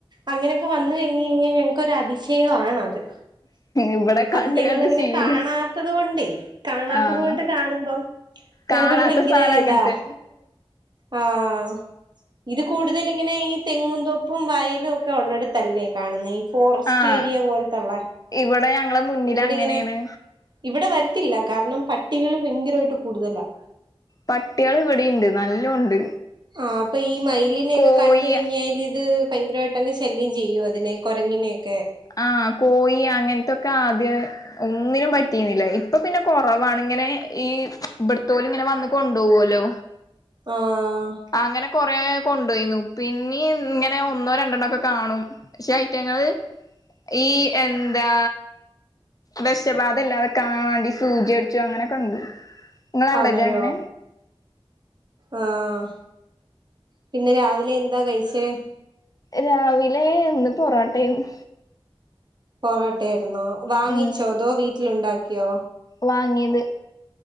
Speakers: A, on the right; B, on the left.
A: അങ്ങനൊക്കെ വന്ന് കയ്ഞ്ഞഴിഞ്ഞാ ഞങ്ങക്കൊരു അതിശയവാണത്
B: ഇവിടെ കണ്ട്
A: അത് ഞങ്ങള്ങ്ങനെ
B: കണ്ട് ശീലം
A: കാണാത്തത് കൊണ്ടേയ് കാണാത്തത്
B: ആഹ്
A: കൊണ്ട് കാണുമ്പം
B: കാണാത്ത
A: ഞങ്ങ്ക്കൊരു ഭയ്ങ്കരേ
B: സാധനം അങ്ങനത്തെ
A: ഇതാ ആഹ് ഇത് കൂടുതല്ങ്ങനെ ഈ തെങ്ങുംതോപ്പും വയലും ഒക്കെ ഒള്ളടത്തല്ലേ കാണ്ന്നെ ഫോറസ്റ്റേരിയ
B: ആഹ്
A: പോലത്ത്ള്ളേ
B: ഇവിടെ ഞങ്ങളെ മുന്നിൽ
A: ഇവിടിങ്ങനെ
B: അങ്ങനെയാണ്
A: ഇവിടെ വരത്തില്ല കാരണം പട്ടികള് ഭയ്ങ്കരായിട്ട് കൂടുതലാ
B: പട്ട്യള് ഇവിടേണ്ട് നല്ലോണ്ട്
A: ആഹ് അപ്പൊ ഈ മയിലിനെക്കെ
B: കോഴി
A: കണ്ട് കഴിഞ്ഞാലിത് ഭയ്ങ്കരായിട്ടങ്ങ് ശല്യം ചെയ്യും അതിനെ കൊരങ്ങിനെക്കെ
B: ആഹ് കോയി അങ്ങൻത്തൊക്കെ ആദ്യേ ഒന്നിനും പറ്റീന്നില്ല ഇപ്പൊ പിന്നെ കൊറവാണിങ്ങനെ ഈ ഇബട്ത്തോല് ങ്ങനെ വന്ന് കൊണ്ടോവ്വ്ല്ലോ
A: ആഹ്
B: അങ്ങനെ കൊറേ കൊണ്ടോയ്ന്നു പിന്നിം ഇങ്ങനെ ഒന്നോ രണ്ടെണ്ണോക്കെ കാണും ക്ഷെ ഐറ്റങ്ങള് ഈ എന്താ വെഷബാധല്ലാതാക്കാൻ വാണ്ടി സൂചി അടിച്ചു അങ്ങനെയൊക്കെണ്ട് ങ്ങളവ്ടല്ലേ
A: അതെയോ
B: അങ്ങനെ
A: ആഹ് പിന്നെ രാവിലെ എന്താ കഴിച്ചേ
B: രാവിലെ ഇന്ന് പൊറാട്ടെന്നു
A: പൊറോട്ടെര്ന്നോ വാങ്ങിച്ചോ
B: ഉം
A: അതോ വീട്ടിലുണ്ടാക്കിയോ
B: വാങ്ങിയത്